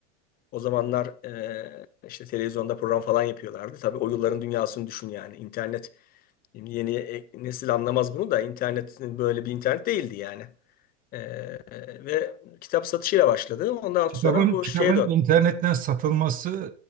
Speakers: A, on the left; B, on the right.
A: O zamanlar e, işte televizyonda program falan yapıyorlardı. Tabii o yılların dünyasını düşün yani. İnternet Şimdi yeni e- nesil anlamaz bunu da internet böyle bir internet değildi yani. Ee, ve kitap satışıyla başladı. Ondan sonra
B: Kitabın
A: bu
B: kitabın
A: şeye döndü.
B: internetten satılması